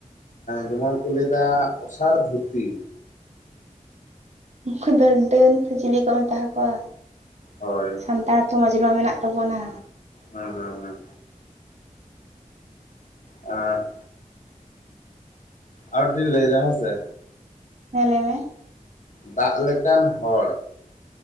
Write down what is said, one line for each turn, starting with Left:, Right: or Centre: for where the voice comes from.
Left: ᱡᱮᱢᱚᱱ ᱠᱚ ᱞᱟᱹᱭ ᱮᱫᱟ ᱚᱥᱟᱨ ᱫᱷᱩᱛᱤ
Right: ᱩᱱᱠᱩ ᱫᱚ ᱰᱟᱹᱱ ᱥᱮ ᱪᱤᱞᱤ ᱠᱚ ᱢᱮᱛᱟ ᱠᱚᱣᱟ
Left: ᱦᱳᱭ
Right: ᱥᱟᱱᱛᱟᱲ ᱡᱚᱛᱚ ᱢᱚᱡᱽ ᱨᱮᱢᱟ ᱢᱮᱱᱟᱜ ᱛᱟᱵᱚᱱᱟ
Left: ᱦᱩᱸ ᱦᱩᱸ ᱦᱩᱸ ᱟᱨ ᱟᱨ ᱢᱤᱫᱴᱟᱝ ᱤᱧ ᱞᱟᱹᱭᱮᱫᱟ ᱦᱮᱸ ᱥᱮ
Right: ᱦᱮᱸ ᱞᱟᱹᱭ ᱢᱮ
Left: ᱫᱟᱜ ᱞᱮᱠᱟᱱ ᱦᱚᱲ